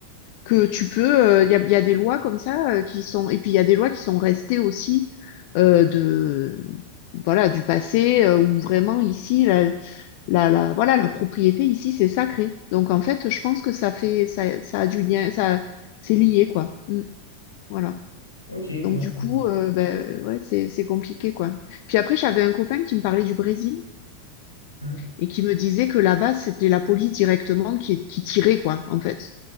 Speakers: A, on the left; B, on the left.
A: que tu peux. Il y a, y a des lois comme ça euh, qui sont. Et puis, il y a des lois qui sont restées aussi euh, de. Voilà, du passé, euh, où vraiment ici, la, la, la, voilà, la propriété ici, c'est sacré. Donc, en fait, je pense que ça fait. Ça, ça a du lien. Ça, c'est lié, quoi. Mm. voilà.
B: Ok, ouais,
A: Donc du
B: c'est.
A: coup,
B: bon.
A: euh, ben, ouais, c'est c'est compliqué quoi. Puis après, j'avais un copain qui me parlait du Brésil
B: Hmm.
A: et qui me disait que là-bas, c'était la police directement qui qui tirait quoi, en fait,